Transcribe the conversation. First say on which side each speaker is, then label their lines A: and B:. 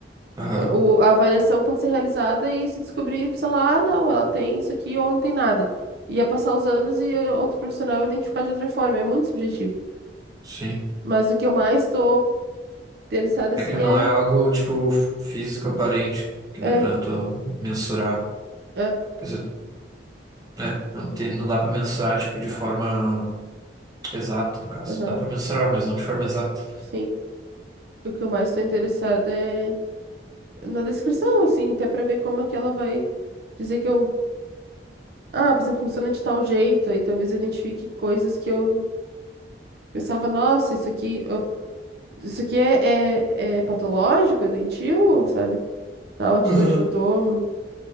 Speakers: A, on the right; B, on the right.
A: Aham,
B: É, O, a avaliação pode ser realizada e se descobrir, sei lá, ah, não, ela tem isso aqui ou não tem nada. Ia passar os anos e outro profissional identificar de outra forma. É muito subjetivo.
A: sim.
B: Mas o que eu mais tô interessada, assim,
A: É que não
B: é.
A: é algo, tipo, físico aparente, que
B: É,
A: dá pra tu mensurar.
B: é,
A: Quer dizer, né? Não tem, não dá pra mensurar, tipo, de forma exata, no caso.
B: aham,
A: Dá pra mensurar, mas não de forma exata.
B: sim. O que eu mais estou interessada é na descrição, assim, até pra ver como é que ela vai dizer que eu. Ah, por exemplo, funciona de tal jeito, aí talvez eu identifique coisas que eu pensava, nossa, isso aqui, eu- isso aqui é, é, é patológico, é doentio, sabe? Tal atitude
A: Aham.
B: que eu tomo.